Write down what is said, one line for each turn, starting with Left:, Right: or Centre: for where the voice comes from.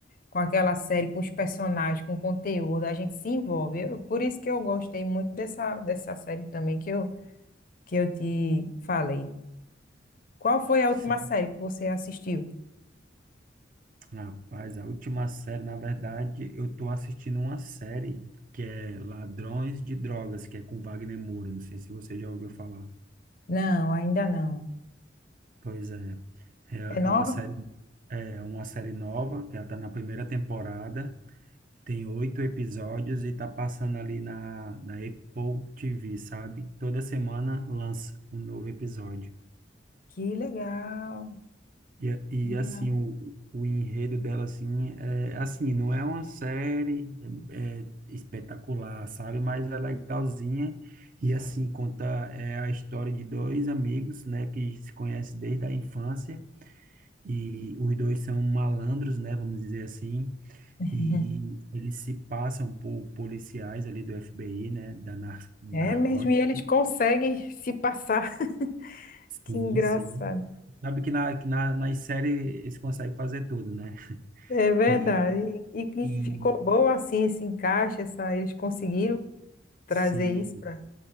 Left: com aquela série, com os personagens, com o conteúdo. A gente se envolve. Eu- por isso que eu gostei muito dessa dessa série também que eu que eu te falei. Qual foi a
Right: sim,
Left: última série que você assistiu?
Right: rapaz, a última série, na verdade, eu tô assistindo uma série que é Ladrões de Drogas, que é com Wagner Moura. Não sei se você já ouviu falar.
Left: Não, ainda não.
Right: Pois é, é,
Left: É nova?
Right: é uma série, é uma série nova, que ela tá na primeira temporada. Tem oito episódios e tá passando ali na, na Apple TV, sabe? Toda semana lança um novo episódio.
Left: Que legal,
Right: E, a- e
Left: que legal.
Right: assim, o, o enredo dela, assim, é assim, não é uma série é, é espetacular, sabe? Mas é legalzinha. E assim, conta é a história de dois amigos, né, que se conhecem desde a infância. E os dois são malandros, né, vamos dizer assim.
Left: Uhum.
Right: E eles se passam por policiais ali do FBI, né? Da nar narcótica.
Left: É mesmo, e eles conseguem se passar. <laughs>
Right: Sim,
Left: Que engraçado.
Right: sim. Sabe que na, que na, nas séries eles conseguem fazer tudo, né?
Left: É verdade.
Right: E,
Left: E, e
Right: e
Left: ficou bom assim esse encaixe, essa, eles conseguiram trazer
Right: sim,
Left: isso para.